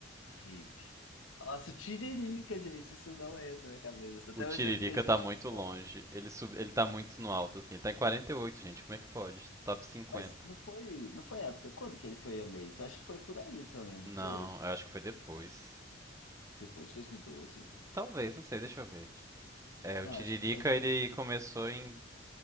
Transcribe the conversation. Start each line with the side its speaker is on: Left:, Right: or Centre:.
Left: hippie. Nossa, tiririca, gente, isso não é. na minha cabeça. Até
Right: o Tiririca
Left: hoje eu não entendi
Right: tá
Left: como
Right: muito
Left: isso
Right: longe.
Left: é.
Right: Ele, sub... ele tá muito no alto, assim. Ele tá em 48, gente. Como é que pode? Top 50.
Left: Mas não foi, não foi época. Quando que ele foi eleito? Acho que foi por aí também, não
Right: Não,
Left: foi?
Right: eu acho que foi depois.
Left: Depois de dois mil e doze,
Right: Talvez, não sei, deixa eu ver. É,
Left: Não,
Right: o Tiririca
Left: acho que foi.
Right: ele
Left: foi-
Right: começou em.